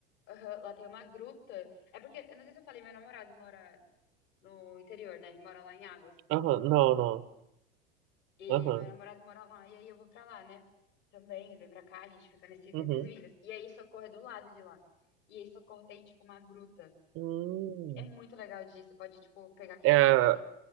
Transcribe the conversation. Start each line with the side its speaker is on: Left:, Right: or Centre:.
Left: Aham, lá tem uma gruta. É porque, eu não sei se eu falei, meu namorado mora no interior, né? Ele mora lá em Águas.
Right: Aham, não, não.
Left: E
Right: Aham,
Left: meu namorado mora lá, e aí eu vou pra lá, né? Também, vem pra cá, a gente fica nesses
Right: uhum.
Left: idas e vindas. E aí Socorro é do lado de lá. E aí Socorro tem, tipo, uma gruta.
Right: Hum.
Left: É muito legal disso. Você pode, tipo, pegar aqueles
Right: É,
Left: cavalinhos.